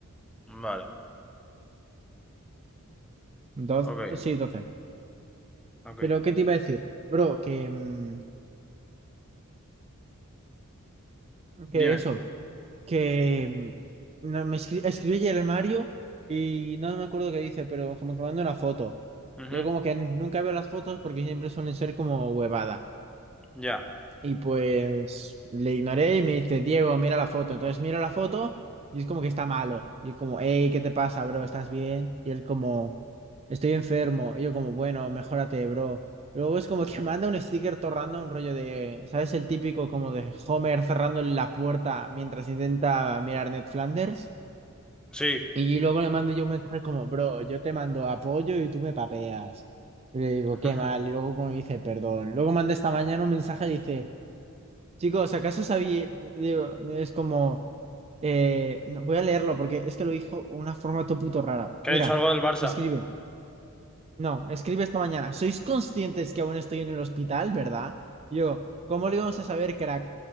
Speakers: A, in the centre; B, on the right (about 30°).
A: Vale,
B: Dos...
A: ok,
B: Sí, 12.
A: ok.
B: Pero, ¿qué te iba a decir? Bro, que. mm, Que
A: Dime.
B: eso, que mm, no, me escri- escribió ayer el Mario y no me acuerdo qué dice, pero como que manda una foto.
A: Ujú,
B: Yo como que nunca veo las fotos porque siempre suelen ser como huevada.
A: Ya,
B: Y pues le ignoré y me dice, Diego, mira la foto. Entonces miro la foto y es como que está malo. Y como, hey, ¿qué te pasa, bro? ¿Estás bien? Y él como, estoy enfermo. Y yo como, bueno, mejórate, bro. Luego es como que <laughs> manda un sticker torrando un rollo de, ¿sabes? El típico como de Homer cerrando la puerta mientras intenta mirar Ned Flanders.
A: sí.
B: Y luego le mando yo un mensaje como, bro, yo te mando apoyo y tú me papeas. Y le digo,
A: <laughs>
B: qué mal. Y luego como dice, perdón. Luego manda esta mañana un mensaje y dice, chicos, ¿acaso sabía? Digo, es como, eh, no- voy a leerlo porque es que lo dijo de una forma todo puto rara.
A: ¿Qué
B: Mira,
A: ha dicho algo del Barça?
B: escribe. No, escribe esta mañana. ¿Sois conscientes que aún estoy en el hospital, verdad? Y yo, ¿cómo lo íbamos a saber, crack?